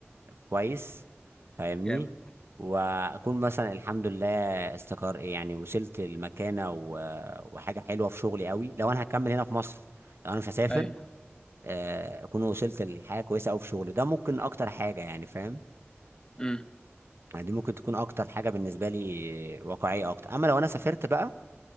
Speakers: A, on the right; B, on the left.
A: كويس فاهمني
B: جامد
A: واكون مثلا الحمد لله استقر يعني وصلت المكانه و... وحاجه حلوه في شغلي قوي لو انا هكمل هنا في مصر لو انا مش هسافر
B: ايوه
A: آه، اكون وصلت لحاجه كويسه قوي في شغلي ده ممكن اكتر حاجه يعني فاهم
B: امم
A: يعني دي ممكن تكون اكتر حاجه بالنسبه لي واقعيه اكتر اما لو انا سافرت بقى